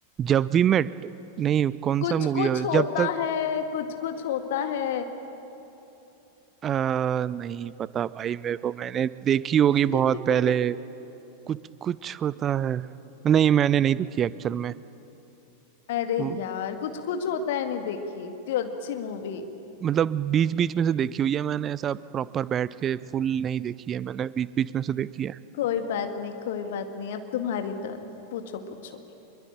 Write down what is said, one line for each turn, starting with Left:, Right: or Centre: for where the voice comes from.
Right: जब वी मेट नहीं कौन
Left: कुछ
Right: सा मूवी
Left: कुछ
Right: है
Left: होता
Right: जब तक
Left: है कुछ कुछ होता है
Right: अ, नहीं पता भाई मेरे को मैंने देखी होगी
Left: <laughs>
Right: बहुत पहले कुछ कुछ होता है नहीं मैंने नहीं देखी एक्चुअल
Left: अरे
Right: में
Left: यार कुछ कुछ होता है नहीं देखी इतनी अच्छी मूवी
Right: मतलब बीच बीच में से देखी हुई है मैंने ऐसा प्रॉपर बैठ के फुल नहीं देखी है मैंने बीच बीच में से देखी है
Left: कोई बात नहीं कोई बात नहीं अब तुम्हारी टर्न पूछो पूछो